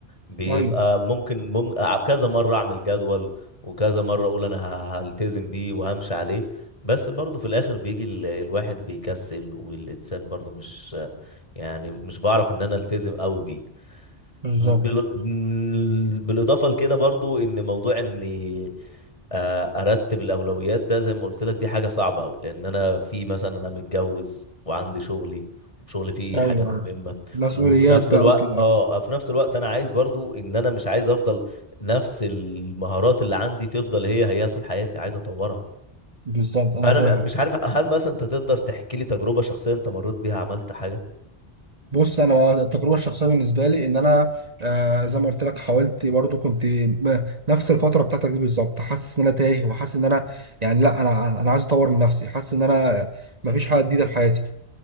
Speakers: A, on the left; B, on the right.
A: بيبقى
B: ايوه
A: ممكن مم... أع- كذا مرة اعمل جدول وكذا مرة اقول انا ه- هلتزم بيه وهمشي عليه بس برضه في الاخر بيجي ال... الواحد بيكسل والانسان برضه مش يعني مش بعرف ان انا التزم قوي بيه
B: بالظبط
A: بال- بال- بالاضافه لكده برضو ان موضوع اني آه، ارتب الاولويات ده زي ما قلت لك دي حاجه صعبه قوي لان انا في مثلا انا متجوز وعندي شغلي شغلي فيه
B: ايوه
A: حاجات مهمه
B: مسؤوليات
A: وفي نفس
B: بقى
A: الوقت
B: وكده
A: اه في نفس الوقت انا عايز برضو ان انا مش عايز افضل نفس المهارات اللي عندي تفضل هي هي طول حياتي عايز اطورها
B: بالظبط انا
A: فانا
B: فاهم
A: م- مش عارف هل مثلا انت تقدر تحكي لي تجربه شخصيه انت مريت بيها عملت حاجه
B: بص انا بقى التجربه الشخصيه بالنسبه لي ان انا آه زي ما قلت لك حاولت برضو كنت ب- نفس الفتره بتاعتك دي بالظبط حاسس ان انا تايه وحاسس ان انا يعني لا انا انا عايز اطور من نفسي حاسس ان انا مفيش حاجه جديده في حياتي